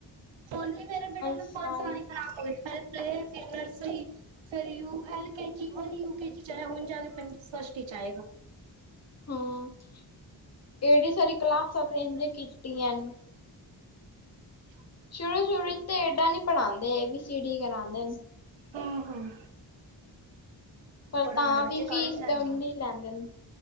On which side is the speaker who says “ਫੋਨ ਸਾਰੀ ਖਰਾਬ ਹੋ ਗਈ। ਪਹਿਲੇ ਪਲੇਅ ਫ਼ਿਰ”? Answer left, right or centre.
Right